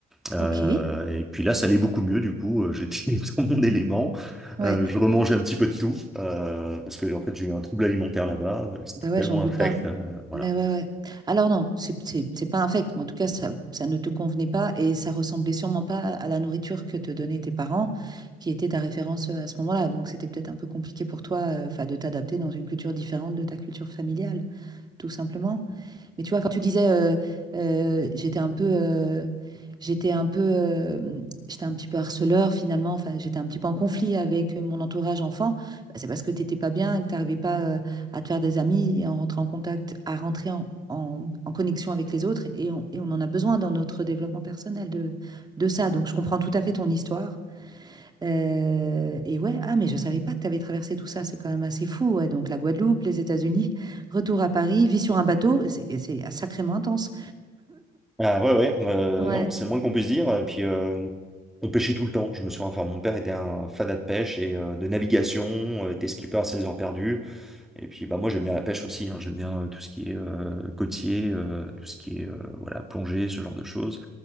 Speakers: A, in the centre; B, on the right.
A: Euh,
B: ok.
A: et puis là, ça allait beaucoup mieux du coup. euh, J'étais <laughs> dans mon élément.
B: Ouais.
A: Euh, je remangeais un petit peu de tout euh, parce que en fait, j'ai eu un trouble alimentaire là-bas. euh, C'était
B: Ben ouais,
A: tellement
B: j'en doute
A: infect,
B: pas.
A: euh, voilà.
B: Mais ouais, ouais. Alors non, c'est c'est- c'est pas infect, mais en tout cas, ça, ça ne te convenait pas et ça ressemblait sûrement pas à la nourriture que te donnaient tes parents, qui était ta référence euh, à ce moment-là. Donc c'était peut-être un peu compliqué pour toi, euh, 'fin, de t'adapter dans une culture différente de ta culture familiale, tout simplement. Mais tu vois, quand tu disais, euh, euh, j'étais un peu, euh, j'étais un peu, euh, j'étais un petit peu harceleur finalement. Enfin, j'étais un petit peu en conflit avec euh, mon entourage enfant. bah, c'est parce que t'étais pas bien et que t'arrivais pas euh, à te faire des amis et à rentrer en contact, à rentrer en, en- en connexion avec les autres. Et on, et on en a besoin dans notre développement personnel de, de ça. Donc, je comprends tout à fait ton histoire. Euh, et ouais, ah, mais je savais pas que tu avais traversé tout ça, c'est quand même assez fou. ouais. Donc la Guadeloupe, les États-Unis, retour à Paris, vie sur un bateau, c'est c'est sacrément intense.
A: Ah ouais, ouais. euh,
B: Ouais.
A: non, c'est le moins qu'on puisse dire. Et puis, euh, on pêchait tout le temps. Je me souviens. Enfin, mon père était un fada de pêche et euh, de navigation. euh, était skipper à ses heures perdues. Et puis bah moi j'aime bien la pêche aussi, hein. J'aime bien euh, tout ce qui est euh, côtier, euh, tout ce qui est euh, voilà plongée, ce genre de choses.